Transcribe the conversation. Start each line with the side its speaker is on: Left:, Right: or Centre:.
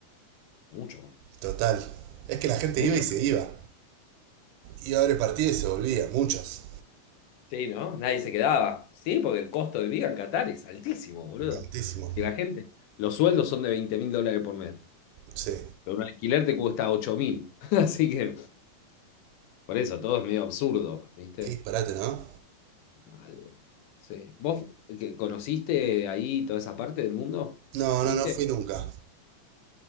Left: Mucho más.
Right: Total. Es que la gente
Left: Mucho
Right: iba y se
Left: más.
Right: iba. Iba a ver el partido y se volvía. Muchos.
Left: Sí, ¿no? Nadie se quedaba. Sí, porque el costo de vida en Qatar es altísimo, boludo.
Right: Altísimo.
Left: Y la gente, los sueldos son de veinte mil dólares por mes,
Right: Sí.
Left: pero un alquiler te cuesta ocho mil. <laughs> Así que, por eso, todo es medio absurdo, ¿viste?
Right: Qué disparate, ¿no?
Left: Mal, boludo. Sí. ¿Vos que- conociste ahí toda esa parte del mundo?
Right: No,
Left: ¿Fuiste?
Right: no, no fui nunca.